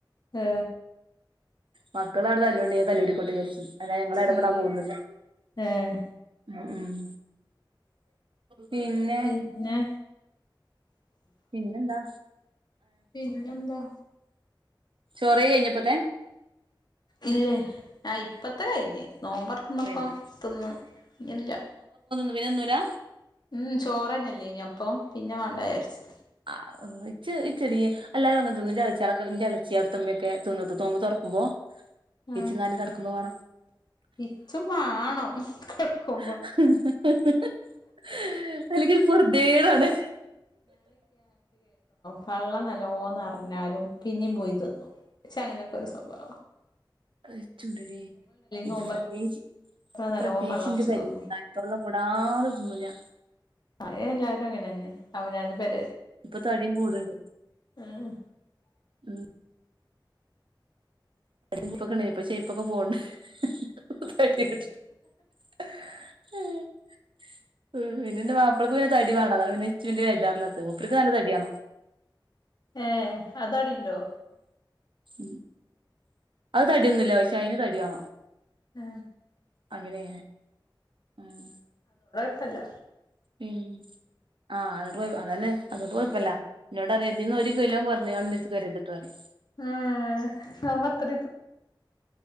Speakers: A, on the left (about 55°); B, on the right (about 85°).
A: ഏ
B: മക്കളാആടെ തല്ലൂ ന്ന തല്ലൂടിക്കോട്ടേജാര്ച്ചും അല്ലാ ഞങ്ങളെടപെടാൻ
A: ഉം
B: പോവൊന്നുല്ല
A: ഏഹ്
B: ഉം ഉം പിന്നേ
A: പിന്നെ
B: പിന്നെന്താ
A: പിന്നെന്താ
B: ചൊറയി ഇപ്പത്തെ
A: ഇല്ലേ ആ ഇപ്പത്തെ കഴിഞ്ഞ് നോമ്പർകുഭം
B: കഴിഞ്ഞ്
A: പ്പം തിന്ന് ഇന്ന് ല്ല
B: പിന്നെന്നൂലാ
A: ഉം ചോറെന്നെല്ലേനിയപ്പോ പിന്നെ വേണ്ടായാര്ച്ച്
B: ആ ഇച്ച് ഇച്ചെടീ എല്ലാരും അങ്ങെൻതിന്നും ൻ്റെളച്ചി യളൊക്കെ ൻ്റെളച്ചി അട്ത്തെമ്മക്കെ തിന്ന് നോബ്ബർക്കുബ്ബോ
A: ആഹ്
B: ഇച്ച് ന്നാലും കെട്ക്കുബോ മാണം
A: ഇച്ചും വാണം കെടക്കുമ്പോ
B: ഹ ഹഹ്ഹ <unintelligible> അല്ലങ്കിൽ പൊർതിയേടാണ്
A: പള്ള നല്ലോന്നർഞ്ഞാലും പിന്നിം പൊയി തിന്നും ഇച്ചങ്ങനൊക്കൊരു സ്വഭാവാ
B: അഹ്ച്ചുഡ്ഢെടീ ഇത്
A: നോമ്പർക്കുമ്പോ
B: പ്രത്യേകി
A: നല്ലോ
B: പ്രത്യേകിച്ചിന്റെ
A: പള്ളർച്ച്
B: പരിയി
A: തിന്നും
B: തൊള്ള കൂടാതെ തിന്നു ഞാൻ
A: അ എല്ലാരും അങ്ങനെയന്നെ അവനാൻ്റെ പെര
B: ഇപ്പൊ തടിം കൂടുണ്ട്
A: ഏഹ്
B: ഉം കുപ്പൊക്കെ ഇപ്പ ഷൈപ്പൊക്കെ പോവ്ണ്ട് <unintelligible> ഉം പിന്നെൻ്റെ മാപ്പൾക് പിന്നെ തടി വാണം അതോണ്ട് പിന്നെ ഇച്ച് വല്ല്യ ബേജാറില്ലാത്തെ മൂപ്പർക്ക് നല്ല തട്യാണം
A: ഏ അതടിണ്ടൊ
B: ഉം അഹ് തടിയൊന്നുല്ല പക്ഷെ അയിന് തടിവാണം
A: എ
B: അങ്ങനെ ണ് ഹെ
A: അല്ല
B: ഉം ആ അതോ അതന്നെ അതൊണ്ട് കൊഴപ്പല്ല ഇന്നോടറിയ ഇതിന്നൊരു കിലോ കൊർഞ്ഞ്കാട് ഇൻ്റട്ത്ത്ക് വരേര്ത്ട്ടോ റിയും
A: ഉം നമ്മത്ര